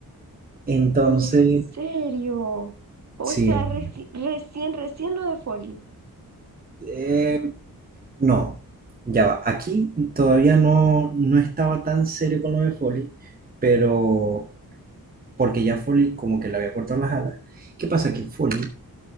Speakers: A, on the right (about 25°); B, on the right (about 45°).
A: Entonces,
B: En serio. O
A: sí,
B: sea, reci- recién, recién lo de Folly.
A: eh, no, ya va. Aquí todavía no, no estaba tan serio con lo de Foley, pero porque ya Foley como que le había cortado las alas. ¿Qué pasa? Que Foley